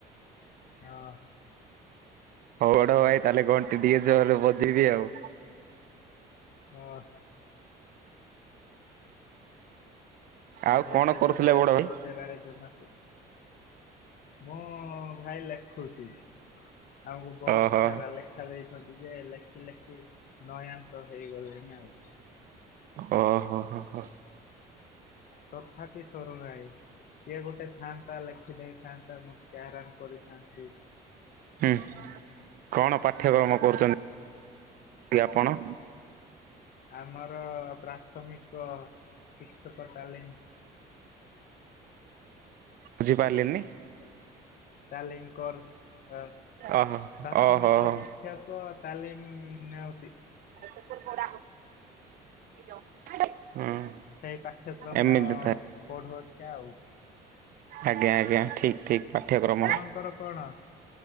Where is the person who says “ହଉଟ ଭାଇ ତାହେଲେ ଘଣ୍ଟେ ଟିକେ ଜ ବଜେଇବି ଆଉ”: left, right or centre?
Right